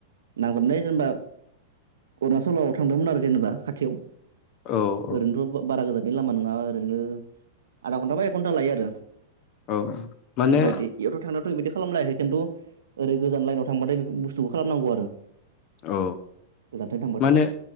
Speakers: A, on the right; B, on the left.
A: नांजाबनाय जेनेबा अरुणचलाव थांदोंमोन आरो जेनेबा खाथियाव
B: औ औ
A: ओरैनोथ' बारा गोजाननि लामानि नङा मा ओरैनो आधा घन्टा बा एक घन्टा लायो आरो
B: औ माने
A: बेफोरबायदि इथ' थांनायावथ' बिबायदि खालामलायाखै खिन्थु ओरै गोजान लाइनाव थांबाथाय बे बुस्थुखौ खालामनांगौ आरो
B: औ
A: गोजानथिं थांबाथाय
B: माने